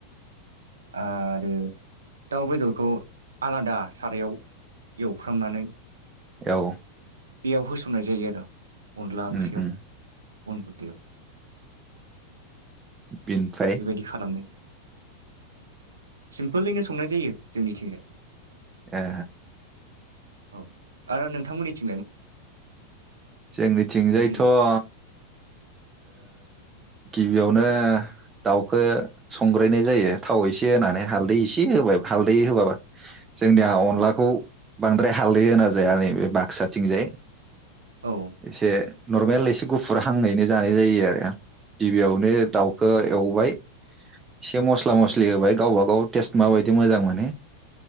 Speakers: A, on the right; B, on the right.
A: आरो दाउ बेदरखौ आलादा सारायाव एवफ्रामनानै
B: औ
A: बेयाव होसननाय जायो आरो। अनला ओंख्रियाव
B: उम उम
A: अन गुन्दैयाव
B: बिनिफ्राय
A: बेबायदि खालामनाय सिम्पोलैनो संनाय जायो जोंनिथिंजाय।
B: ए
A: औ आरो नोंथांमोननि थि
B: जोंनिथिंजायथ
A: संनाय जायो
B: ओ गिबियावनो दाउखौ संग्रायनाय जायो थाव एसे होनानै हालदै एसे होबाय हालदै होबाबा जोंनिया अनलाखौ बांद्राय हालदै होना जाया नैबे बाक्साथिंजाय।
A: औ
B: एसे नर्मेलै एसे गुफुर हांयैनो जानाय जायो आरो गिबियावनो दाउखौ एवबाय एसे मस्ला मस्लि होबाय गावबा गाव टेस्ट माबायदि मोजां मोनो